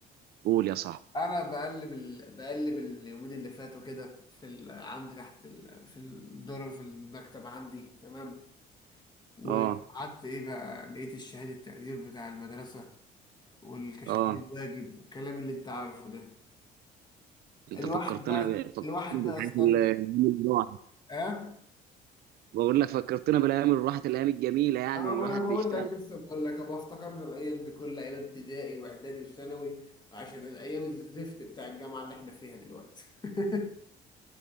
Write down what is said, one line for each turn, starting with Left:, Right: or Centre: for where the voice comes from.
Right: قول يا صاحبي
Left: انا بقلب ال... بقلب اليومين اللي فاتوا كده في ال... عندي تحت ال... في الدور في المكتب عندي تمام وقعدت
Right: آه
Left: ايه بقى لقيت الشهادة التقدير بتاع المدرسة والكشاكيل
Right: آه
Left: الواجب والكلام اللي انت عارفه ده
Right: أنت
Left: الواحد
Right: فكرتنا
Left: بقى
Right: ب... فكرتنا
Left: الواحد
Right: بالحاجات
Left: بقى استرجع
Right: ال- الأيام اللي راحت
Left: اه
Right: بقول لك فكرتنا بالأيام اللي راحت الأيام الجميلة يعني
Left: اه
Right: اللي
Left: ما
Right: الواحد
Left: انا بقول
Right: بيشتغل
Left: لك لسه بقول لك ابقى افتكرنا الايام دي كلها ايام ابتدائي واعدادي وثانوي عشان الايام الزفت بتاع الجامعه اللي احنا فيها دلوقتي <laughs>